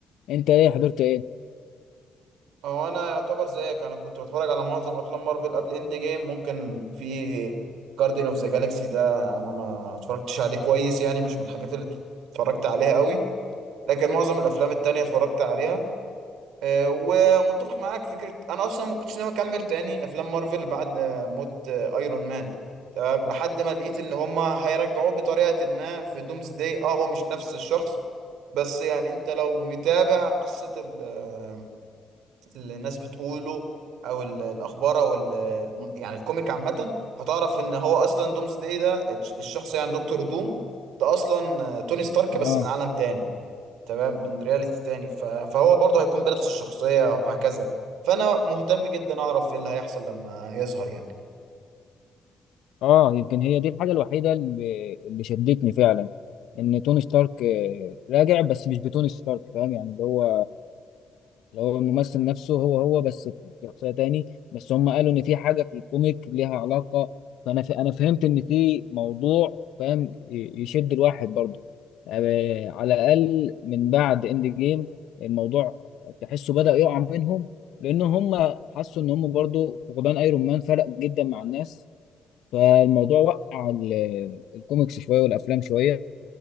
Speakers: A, on the left; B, on the right.
A: انت ايه حضرت ايه
B: اه انا يعتبر زيك انا كنت بتفرج على معظم افلام مارفل قبل اند جيم ممكن في جاردين اوف ذا جالاكسي ده انا ما اتفرجتش عليه كويس يعني مش من الحاجات اللي اتفرجت عليها قوي لكن معظم الافلام التانية اتفرجت عليها آه، ومتفق معاك في فكرة أنا أصلا ما كنتش ناوي أكمل تاني أفلام مارفل بعد آه، موت آه، أيرون مان تمام لحد ما لقيت إن هما هيرجعوه بطريقة ما في دومز داي أه هو مش نفس الشخص بس يعني أنت لو متابع قصة ال- آه، اللي الناس بتقوله أو ال- الأخبار أو ال- يعني الكوميك عامة هتعرف إن هو أصلا دومز داي ده الش- الشخص يعني دكتور دوم ده أصلا آه، توني ستارك بس
A: اه
B: من عالم تاني تمام من رياليتي تاني ف... فهو برضه هيكون بنفس الشخصية وهكذا فأنا مهتم جدا أعرف إيه اللي هيحصل لما يظهر يعني
A: اه يمكن هي دي الحاجه الوحيده اللي اللي شدتني فعلا ان توني ستارك آه، راجع بس مش بتوني ستارك فاهم يعني اللي هو اللي هو الممثل نفسه هو هو بس في شخصية تاني بس هم قالوا ان في حاجة في الكوميك ليها علاقة فانا ف... انا فهمت ان في موضوع فاهم ي- يشد الواحد برضه آه، على الاقل من بعد اند جيم الموضوع تحسه بدأ يقع منهم لان هم حسوا ان هم برضه فقدان ايرون مان فرق جدا مع الناس فالموضوع وقع ال- الكوميكس شوية والافلام شوية